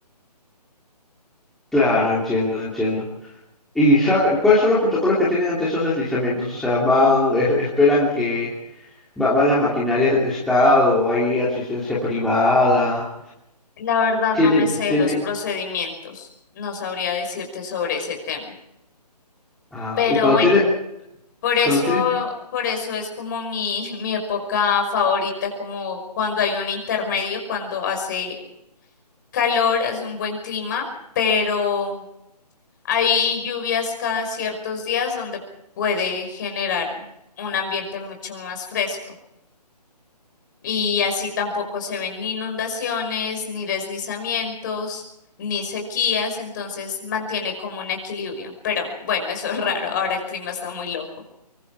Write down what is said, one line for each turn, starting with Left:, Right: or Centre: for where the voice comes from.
Centre: Claro, entiendo, entiendo. ¿Y sabe- cuáles son los protocolos que tienen ante esos deslizamientos? O sea, van, es- esperan que va- van las maquinarias de Estado, hay asistencia privada,
Left: La verdad
Centre: tienen,
Left: no me sé
Centre: tienen,
Left: los procedimientos, no sabría decirte sobre ese tema.
Centre: ah,
Left: Pero
Centre: y cuando
Left: bueno,
Centre: tienen,
Left: por eso,
Centre: cuando tienen,
Left: por eso es como mi, <laughs> mi época favorita, como cuando hay un intermedio, cuando hace calor, hace un buen clima, pero hay lluvias cada ciertos días donde puede generar un ambiente mucho más fresco. Y así tampoco se ven ni inundaciones, ni deslizamientos, ni sequías, entonces mantiene como un equilibrio. Pero bueno, eso es raro, ahora el clima está muy loco.